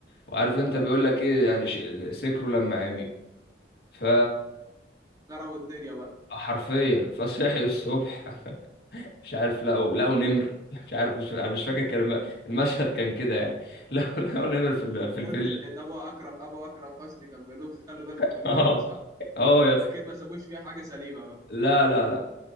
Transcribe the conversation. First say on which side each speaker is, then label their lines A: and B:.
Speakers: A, on the left; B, on the right.
A: وعارف انت
B: اه
A: بيقول لك ايه يعني ش- سكروا لما عمي ف
B: كروي الدنيا بقى
A: حرفيا فصحي الصبح <laughs> مش عارف لقوا لقوا نمر <laughs> مش عارف مش, مش فاكر
B: <laughs>
A: كان الم- المشهد كان كده يعني <laughs> لقوا لقوا
B: انت
A: نمر في ال...
B: انت
A: في الفيلا
B: قلت ان ابو اكرم ابو اكرم حسني كان بيقول لهم خلوا بالكم
A: <laughs>
B: من
A: اه
B: الفيلا صح؟
A: اه يا اسطى
B: اكيد ما سابوش فيها حاجه سليمه بقى
A: لا لا لا